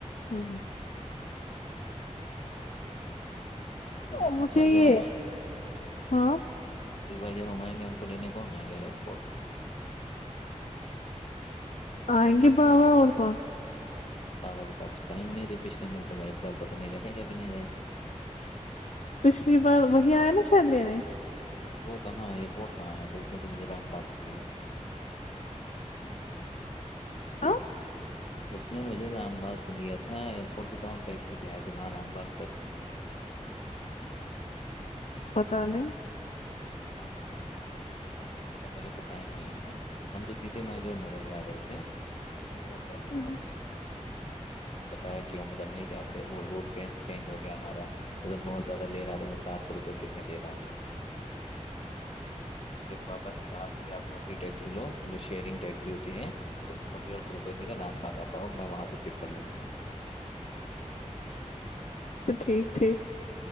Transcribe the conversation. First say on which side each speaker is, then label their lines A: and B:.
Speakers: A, on the left; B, on the left.
A: ہاں ہ
B: پھر
A: مجھے
B: اس بار
A: یہ
B: جوب ہم آئے گے ہ
A: ہاں
B: اس بارب ہم آئیں گے ہم کو لینے کون آئے گا ایئرپورٹ
A: آگے بابہ اورک
B: بابا کے پا تو ٹائم نہیں تھے پچھل مرتبہ اس بار پت نہیں رہے گا کہ نہیں رہے گا
A: پچھلی بار وہی آیا نا شاید لینے
B: تو کہاں ایئرپورٹ کہاں ہے تو اس نے تو مجھے رام باغ سے لیا
A: ہ
B: اس نے مجھے رام باغ سے لیا تھا ایئرپورٹ سے تو ہم ٹیکسی سے آئے تھے وہاں رام باغ تک
A: پتا نہیں
B: ہاں کیا اس نے بولا میرے کو ٹائم نہیں ہے ہم تو سیدھے مہجور نگر ہی آ رہے تھے لیکن وہ ٹیکسی
A: نہیں
B: والے ہیں ب بتایا کہ ہم ادھر نہیں جاتے وہ روٹ چینج ہو گیا ہمارا ادھر بہت زیادہ ل رہا تھا وہ سات سو روپئے کتنے لے رہا تھا پھر بپا نے کہا کہ آپ دوسری ٹیکسی لو جو شیئرنگ ٹیکسی ہوتی ہے اس مو روپے کےام پ آ پاؤ میں وہاں سے پک کر لوں گا
A: سچ ٹھیک ٹھیک